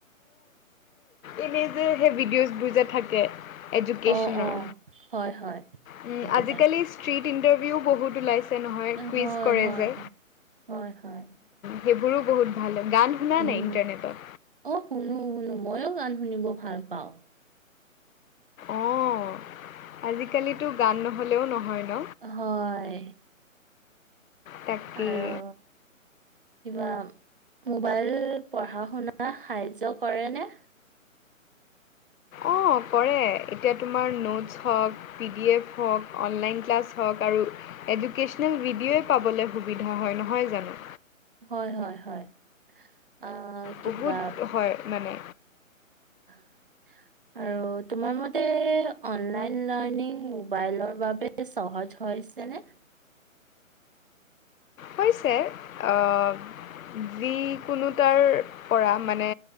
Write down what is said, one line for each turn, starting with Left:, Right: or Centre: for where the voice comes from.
Left: এনেই যে সেই ভিডিঅ'জবোৰ যে থাকে। এডুকেশ্বনৰ।
Right: অ', অ', হয়, হয়,
Left: উম
Right: এইকেইটা।
Left: আজিকালি ষ্ট্ৰীট ইণ্টাৰ ভিউ বহুত ওলাইছে নহয়
Right: হয়,
Left: কুইজ কৰে
Right: হয়,
Left: যে।
Right: হয়, হয়,
Left: সেইবোৰো বহুত ভাল হয়। গান শুনা
Right: উম
Left: নাই ইণ্টাৰনেটত
Right: অ শুনো শুনো মইয়ো গান শুনিব ভাল পাওঁ।
Left: অহ আজিকালিতো গান নহ'লেও নহয়। ন
Right: হয়।
Left: তাকেই।
Right: আৰু কিবা মোবাইল পঢ়া শুনা সাহায্য কৰে নে?
Left: অ কৰে এতিয়া তোমাৰ নোটছ হওঁক, পি ডি এফ হওঁক অনলাইন ক্লাছ হওঁক আৰু এডুকেচনেল ভিডিঅ'ই পাবলৈ সুবিধা হয় নহয় জানো।
Right: হয় হয় হয় আহ কিবা
Left: বহুত হয় মানে
Right: <inaudible> আৰু তোমাৰ মতে অনলাইন লাৰ্ণিং মোবাইলৰ বাবে সহজ হৈছে নে?
Left: হৈছে অহ। যিকোনো তাৰ পৰা মানে